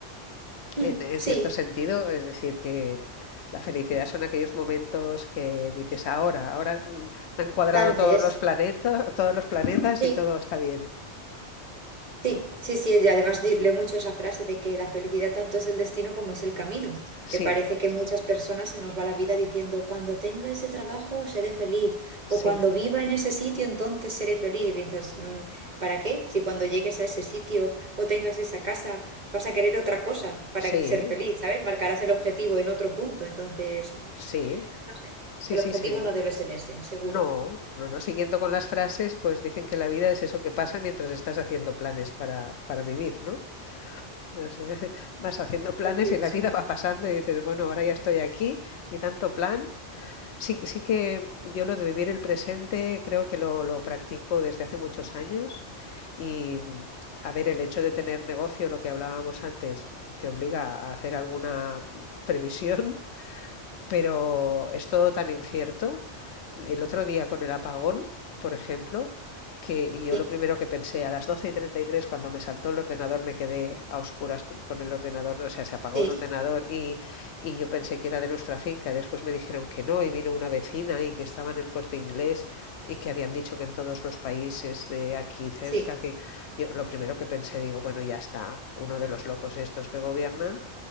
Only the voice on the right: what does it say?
Mm,
Sí,
Dante
es.
Sí,
sí,
sí, sí. Y además di- leo mucho esa frase de que la felicidad tanto es el destino como es el camino.
Que parece que muchas personas se nos va la vida diciendo, cuando tenga ese trabajo seré feliz.
O cuando viva en ese sitio entonces seré feliz. Y piensas, "Mm, ¿para qué? Si cuando llegues a ese sitio o tengas esa casa vas a querer otra cosa para
ser feliz, ¿sabes? Marcarás el objetivo en otro punto. Entonces,
no sé.
El
objetivo
no debe ser ese, seguro.
Así
es.
Sí,
sí,
sí,